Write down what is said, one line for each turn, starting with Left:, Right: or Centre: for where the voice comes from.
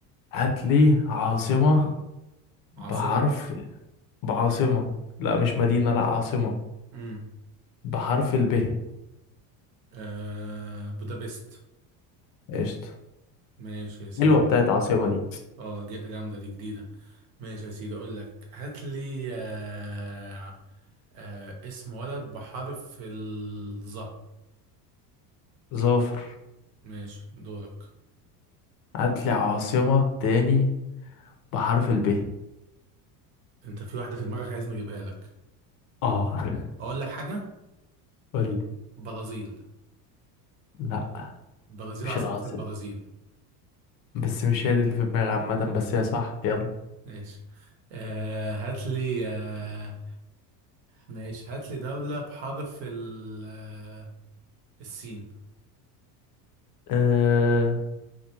Left: هات لي عاصمة
Right: عاصمة
Left: بحرف بعاصمة لا
Right: امم
Left: مش مدينة لا عاصمة
Right: امم
Left: بحرف الب
Right: آه بودابست
Left: قشطة
Right: ماشي يا سيدي
Left: حلوة بتاعت عاصمة دي
Right: اه ج- جامدة دي جديدة ماشي يا سيدي اقول لك هات لي آه آه اسم ولد بحرف الظه
Left: ظافر
Right: ماشي دورك
Left: هاتلي عاصمة تاني بحرف الب
Right: انت في واحدة في دماغك عايزني اجيبها لك
Left: اه <laughs>
Right: اقول لك حاجة
Left: قولي
Right: برازيل
Left: لا
Right: برازيل
Left: مش
Right: عاصمتها
Left: العاصمة
Right: البرازيل
Left: بس مش هي دي اللي في دماغي عامة بس هي صح يلا
Right: ماشي آه هات لي آه ماشي هات لي دولة بحرف ال- آه، السين
Left: آه...